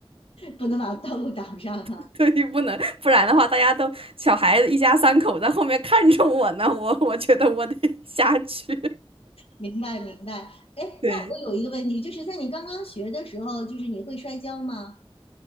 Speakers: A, on the left (about 75°); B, on the right (about 70°).
A: 不能把道路挡上哈，
B: <laughs> 对，不能，不然的话大家都小孩子一家三口在后面看着我呢，我我觉得我得下去，
A: 明白明白，
B: <laughs>
A: 哎，
B: 对。
A: 那我有一个问题，就是在你刚刚学的时候，就是你会摔跤吗？